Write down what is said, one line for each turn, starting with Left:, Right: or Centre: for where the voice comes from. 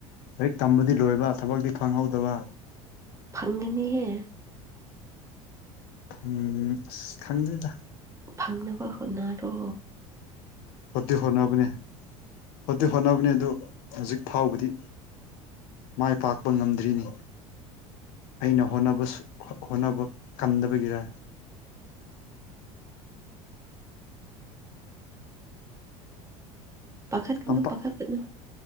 Left: ꯂꯥꯏꯔꯤꯛ ꯇꯝꯕꯗꯤ ꯂꯣꯏꯕ ꯊꯕꯛꯇꯤ ꯐꯪꯍꯧꯗꯕ
Right: ꯐꯪꯒꯅꯤꯍꯦ
Left: ꯎꯝ ꯈꯪꯗꯦꯗ
Right: ꯐꯪꯅꯕ ꯍꯣꯅꯔꯣ
Left: ꯍꯇꯤ ꯍꯣꯠꯅꯕꯅꯦ ꯍꯇꯤ ꯍꯣꯠꯅꯕꯅꯦ ꯑꯗꯨ ꯍꯧꯖꯤꯛ ꯐꯥꯎꯕꯗꯤ ꯃꯥꯏ ꯄꯥꯛꯄ ꯉꯝꯗ꯭ꯔꯤꯅꯤ ꯑꯩꯅ ꯍꯣꯅꯕ ꯍꯣꯠꯅꯕ ꯀꯟꯗꯕꯒꯤꯔ
Right: ꯄꯥꯈꯠ ꯀꯅꯨ
Left: ꯇꯝꯄꯥꯛ
Right: ꯄꯥꯈꯠ ꯀꯅꯣ